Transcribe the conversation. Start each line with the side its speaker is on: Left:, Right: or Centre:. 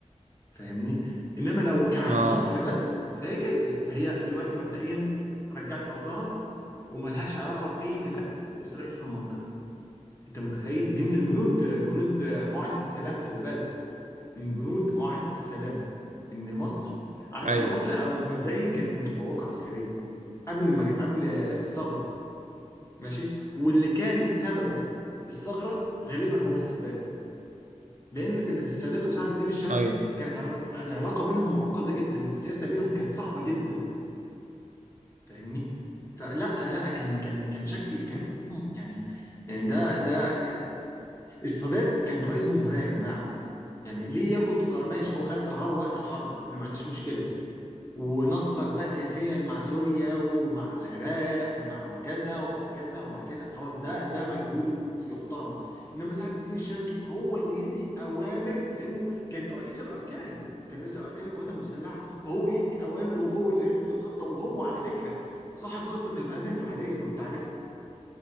Left: فاهمني انما لو على
Right: اه
Left: مصر بس فهي كسبت فهي دلوقتي مبدئيا رجعت ارضها وملهاش علاقه باي تدخلات اسرائيل في المنطقه انت متخيل دي من البنود بنود معاهده السلام خلي بالك من بنود معاهده السلام ان مصر على فكره
Right: ايوه
Left: مصر او مبدئيا كانت متفوقه عسكريا قبل ما قبل الثغره ماشي واللي كان سبب الثغره غالبا هو السادات لان كانت السادات وسعد الدين الشاذلي
Right: ايوه
Left: كانت علا- العلاقه بينهم معقده جدا والسياسه بينهم كانت صعبه جدا فاهمني فلا لا كان كان كان شكل كان بينهم يعني يعني ده ده يعني السادات كان رئيس جمهوريه يا جماعه يعني ليه ياخد قرار ماشي هو خد قرار وقت الحرب انا ما عنديش مشكله ونصك بقى سياسيا مع سوريا ومع العراق ومع كذا ومع كذا ومع كذا خلاص ده ده مجهوده يحترم انما سعد الدين الشاذلي هو اللي يدي اوامر لانه كان رئيس الاركان كان رئيس الاركان القوات المسلحه فهو يدي اوامر وهو اللي يحط الخطه وهو على فكره صاحب خطه المآذن العاليه لو انت عارف